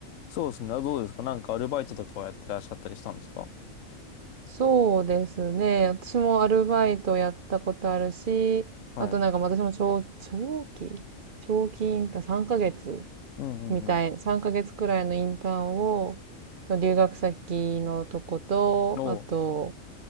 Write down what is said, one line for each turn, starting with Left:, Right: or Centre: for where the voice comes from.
Left: そうですね。あどうですかなんかアルバイトとかはやってらっしゃったりしたんですか
Right: そうですね。私もアルバイトやったことあるし、
Left: はい。
Right: あとなんか私も長、長期長期インターン、3ヶ月
Left: うんうんうん。
Right: みたい、3ヶ月くらいのインターンを、その留学先のとこと、
Left: おう。
Right: あと、